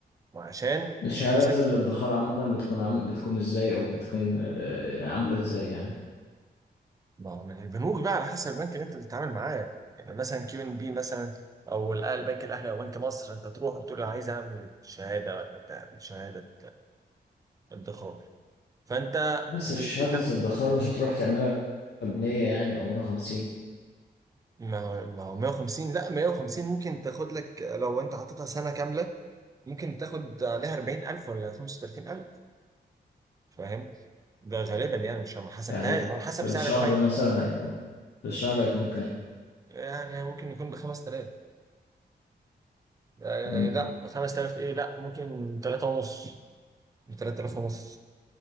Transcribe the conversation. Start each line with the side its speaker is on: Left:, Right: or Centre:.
Right: ما عشان
Left: الشهادات
Right: فلوسك
Left: الادخار عامة بتكون عامل بتكون ازاي او بتكون آه، عاملة ازاي يعني
Right: ما هو من البنوك بقى على حسب البنك اللي انت بتتعامل معاه يعني مثلا كيو ان بي مثلا او الأهلي- البنك الاهلي او بنك مصر انت تروح وتقول انا عايز اعمل شهاده ولا بتاع شهاده ادخار فانت
Left: بس
Right: ب-
Left: شهادة
Right: بتاخد
Left: الادخار مش هتروح تعملها بمية يعني أو مية وخمسين
Right: ما هو ما هو 150 لا 150 ممكن تاخد لك لو انت حاططها سنه كامله ممكن تاخد عليها 40000 ولا 35000 فاهم ده غالبا يعني مش ما حسبتهاش
Left: يعني
Right: على حسب
Left: في الشهر
Right: سعر الفايده
Left: مثلا هيكون في الشهر هيكون كام؟
Right: يعني ممكن يكون ب 5000 آه
Left: أمم
Right: لا 5000 ايه لا ممكن 3 ونص ب 3000 ونص